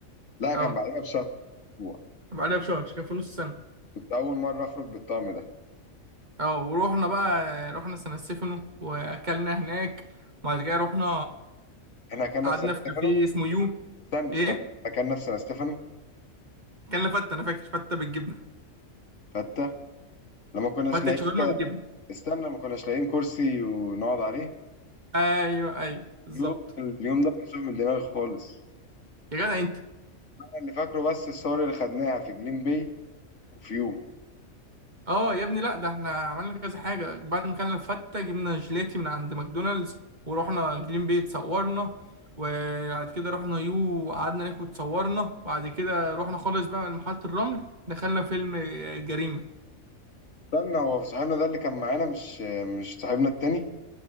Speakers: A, on the left; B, on the right.
A: لا
B: اه
A: كان بعدها بشهر اسبوع
B: بعدها بشهر كان في نص السنه
A: كنت اول مره اخرج بالطقم ده
B: اه ورحنا بقى رحنا سان ستيفانو واكلنا هناك وبعد كده رحنا
A: احنا كنا
B: قعدنا
A: في سان
B: في
A: ستيفانو
B: كافيه اسمه يو
A: استنى استنى
B: ايه
A: احنا كنا في سان ستيفانو
B: كان فته انا فاكر فته بالجبنه
A: حتى لما كناش
B: فته
A: لاقيين
B: شاورما بالجبنه
A: استنى ما كناش لاقيين كرسي ونقعد عليه
B: ايوه ايوه بالظبط
A: اليوم اليوم ده مش من دماغي خالص
B: يا جدع انت
A: انا اللي فاكره بس الصور اللي خدناها في جليم باي وفيو
B: اه يا ابني لا ده احنا عملنا كذا حاجه بعد ما كان الفته جبنا جيلاتي من عند ماكدونالدز ورحنا جليم بي اتصورنا وبعد كده رحنا يو وقعدنا ناكل اتصورنا وبعد كده رحنا خالص بقى لمحطه الرمل دخلنا فيلم آه، جريمه
A: استنى هو صاحبنا ده اللي كان معانا مش مش صاحبنا التاني